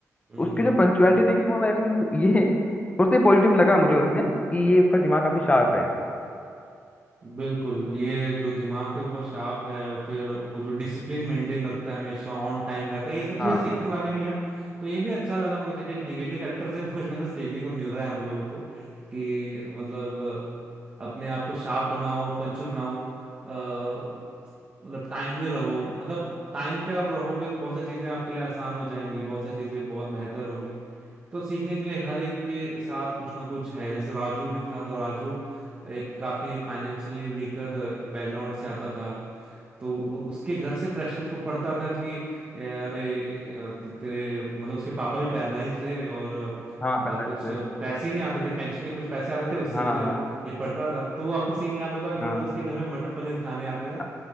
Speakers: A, on the right; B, on the left.
A: हम्म
B: उसकी जो पंचुअलिटी दिखी वो मेरे को ये सोचते पॉजिटिव लगा मुझे उसमें कि ये उसका दिमाग
A: हम्म।
B: काफी शार्प है
A: बिल्कुल ये जो दिमाग है वो बहुत शार्प है और फिर वो जो डिसिप्लिन मेंटेन रखता है हमेशा ऑन टाइम रहता है ये सब चीजें
B: हाँ
A: सीखने वाले भी हैं तो ये भी अच्छा लगा मुझे कि एक नेगेटिव कैरेक्टर से भी कुछ ना कुछ सीखने को मिल रहा है हम लोगों को कि मतलब अपने आप को शार्प बनाओ पंचुअल बनाओ अ, मतलब टाइमली रहो मतलब टाइम पे आप रहोगे तो बहुत सारी चीजें आपके लिए आसान हो जाएंगी बहुत सारी चीजें बहुत बेहतर होंगी तो सीखने के लिए हर एक के साथ कुछ ना कुछ है जैसे राजू भी था तो राजू एक काफी फाइनेंशियली वीकर बैकग्राउंड से आता था तो उ-
B: हम्म,
A: उसके घर से प्रेशर उसको पड़ता था कि ए, अरे अ, ते- तेरे मतलब उसके पापा भी पैरलाइज्ड है और
B: हाँ
A: अ,
B: पहले
A: कुछ
B: से
A: पैसे ही नहीं आते थे पेंशन के कुछ पैसे आते थे उससे
B: हाँ
A: फिर ये पढ़ता था तो वो आपको सीन याद होगा कि
B: हाँ
A: वो लोग उसके घर में मटर पनीर खाने आते हैं
B: अ-